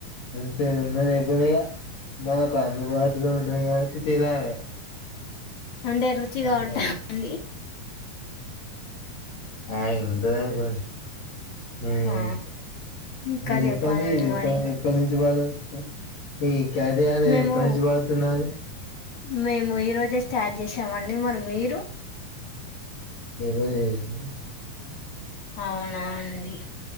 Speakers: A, on the left; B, on the left.
A: మంచిగ ఉన్నది ఎగ్గుదిగ. మనకు అందుబాటులో ఉన్నాయి గాబట్టి తినాలే.
B: అంటే రుచిగా
A: అంతే
B: ఉంటా అండి
A: ఆ ఉంటదనుకోరి మ్
B: ఆ ఇంకా
A: జెప్పండి.
B: చెప్పాలండి
A: ఇదేప్పటి
B: మరి
A: ఎప్పటి నుంచి బాలేదు ఈ కార్డియాలజి
B: మేము
A: ఎప్పటి నుంచి వాడుతున్నారు?
B: మేము ఈ రోజే స్టార్ట్ చేసామండి. మరి మీరు?
A: ఈ రోజే జేసిన.
B: అవునా అండి